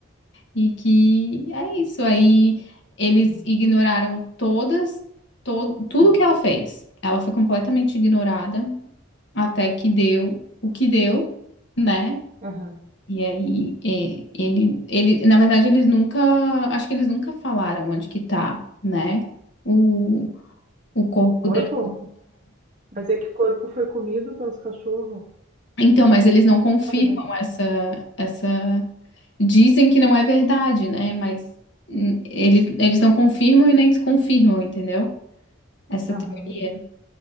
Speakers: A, on the left; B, on the right.
A: E que é isso. Aí eles ignoraram todas, todo, tudo
B: É.
A: que ela fez. Ela foi completamente ignorada até que deu o que deu, né?
B: Aham.
A: E aí é, ele, ele, na verdade, eles nunca, acho que eles nunca falaram onde que tá, né? O, o corpo
B: O corpo?
A: dela.
B: Mas é que o corpo foi comido pelos cachorros,
A: Então, mas eles não confirmam
B: sabe, né?
A: essa, essa. Dizem que não é verdade, né? Mas hum, eles, eles não confirmam e nem desconfirmam, entendeu? Essa
B: Aham.
A: teoria.